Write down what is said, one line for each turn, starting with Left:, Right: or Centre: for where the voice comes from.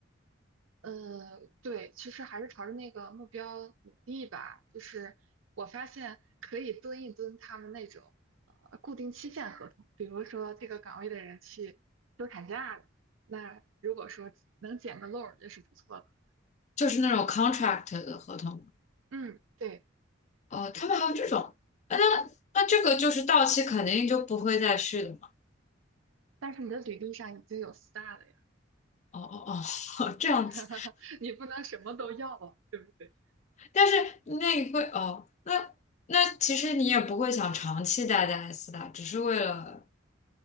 Right: 呃，对，其实还是朝着那个目标努力吧。就是我发现可以蹲一蹲他们那种呃固定期限合同，比如说这个岗位的人去休产假了，那如果说能捡个漏儿也是不错的。
Left: 就是那种 contract 的合同，
Right: 嗯，对，
Left: 哦、他们还有这种，
Right: 对的。
Left: 啊那那这个就是到期肯定就不会再续的嘛，
Right: 但是你的履历上已经有 star 了呀，
Left: 哦哦哦，<laughs> 这样子。
Right: <laughs> 你不能什么都要啊，对不对？
Left: 但是那你会哦，
Right: 嗯
Left: 那那其实你也不会想长期待在斯大，只是为了